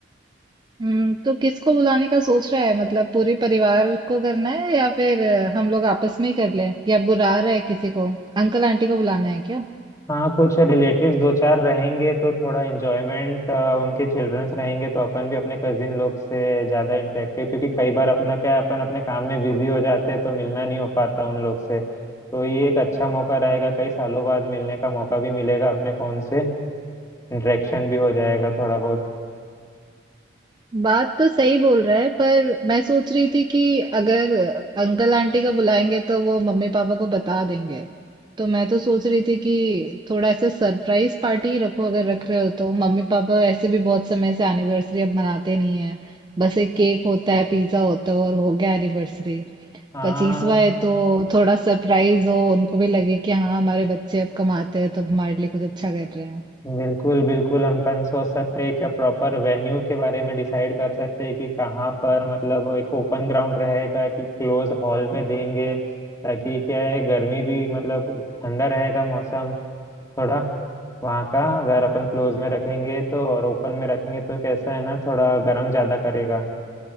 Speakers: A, on the right (about 25°); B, on the left (about 15°).
A: हम्म तो किसको बुलाने का सोच रहा है मतलब पूरे परिवार को करना है या फिर अ, हम लोग आपस में ही कर लें या बुला रहा है किसी को अंकल आंटी को बुलाना है क्या
B: हाँ कुछ रिलेटिव्स दो चार रहेंगे तो थोड़ा इंजॉयमेंट उनके चिल्ड्रंस रहेंगे तो अपन भी अपने कजिन लोग से ज़्यादा इंटरेक्टिव क्योंकि कई बार अपना क्या है अपन अपने काम में बिजी हो जाते हैं तो मिलना नहीं हो पाता उन लोग से तो ये एक अच्छा मौका रहेगा कई सालों बाद मिलने का मौका भी मिलेगा अपने फ़ोन से इंटरेक्शन भी हो जाएगा थोड़ा बहुत
A: बात तो सही बोल रहा है पर मैं सोच रही थी कि अगर अंकल आंटी को बुलाएंगे तो वो मम्मी पापा को बता देंगे तो मैं तो सोच रही थी कि थोड़ा ऐसे सरप्राइज पार्टी रखो अगर रख रहे हो तो मम्मी पापा वैसे भी बहुत समय से एनिवर्सरी अब मनाते नहीं है बस एक केक होता है पिज्जा होता है और हो गया एनिवर्सरी
B: हाँ
A: पच्चीसवा है तो थोड़ा सरप्राइज हो उनको भी लगे कि हाँ हमारे बच्चे अब कमाते हैं तो अब हमारे लिए कुछ अच्छा कर रहे हैं
B: बिल्कुल बिल्कुल हम अपन सोच सकते हैं कि प्रॉपर वेन्यू के बारे में डिसाइड कर सकते हैं कि कहाँ पर मतलब एक ओपन ग्राउंड रहेगा कि क्लोज हॉल में देंगे ताकि क्या है गर्मी भी मतलब ठंडा रहेगा मौसम थोड़ा वहाँ का अगर अपन क्लोज में रखेंगे तो और ओपन में रखेंगे तो कैसा है ना थोड़ा गर्म ज़्यादा करेगा